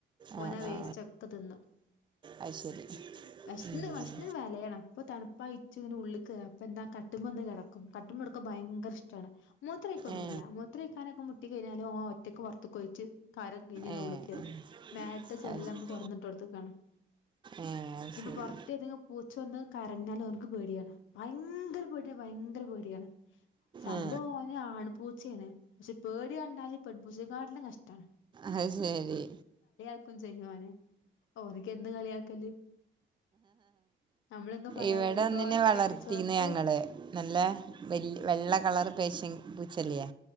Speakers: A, on the right; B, on the left.
A: ആ
B: ഓനാവേസ്റ്റാെക്കെ
A: ആ
B: തിന്നും
A: അത് ശരി
B: വെഷ്ന്ന്
A: ഉം.
B: വഷ്ന്ന് വലയണം പ്പൊ തണ്പ്പായിട്ട് ന് ഉള്ള്ക്ക് കേറാ അപ്പെന്താ കട്ട്മ്മന്ന് കെട ക്കും കട്ടമ്മട്ക്കാ ഭയങ്കര ഇഷ്ടാണ് മൂത്രയ്ക്കൊന്നുല്ല
A: ഏ
B: മുത്രയ്ക്കാനൊക്കെ മു ട്ടി കയ്ഞ്ഞാല് ഓ ഒറ്റക്ക് പൊർത്ത്ക്കോയ്റ്റ് കാര്യം കയ്ഞ്ഞതാ
A: ഏ
B: ഉള്ള്ക്കേറും
A: ഉം.
B: മേൽത്തെ ചെർല്
A: അത് ശ-
B: അമ്മ തൊറ്ന്ന്ട്ടാെട്ത്ത്ക്കാണ്
A: ഏ അത്
B: ഇനിപ്പം
A: ശരി
B: പൊർത്തേതെങ്കി പൂച്ച വന്ന് കരഞ്ഞാലും ക്ക് പേടിയാണ് ഭയങ്കര പേട്യ ഭയങ്കര പേട്യാണ് സംഭവം
A: ഏ
B: ഓനെ ആണ് പൂച്ചയാണ് പക്ഷെ പേടി കണ്ടാല് പെൺ പൂച്ചക്കാട്ടി ലും കഷ്ടാണ്
A: അയ് ശെരി
B: ക്കും ചെയ്യെ ഓനെ ഓ അതൊക്കെ എന്ത് കളിയാക്കല് നമ്മളെങ്ങ് പറയാല്ലാതിപ്പോ
A: ഇവടെ ഒന്നിനെ വളർത്തീന്ന്
B: കെട്ടിച്ചോട്ത്ത്
A: ഞങ്ങള് നല്ല വെല് വെള്ള കളർ പേശ്യൻ പൂ ചെല്ലിയെ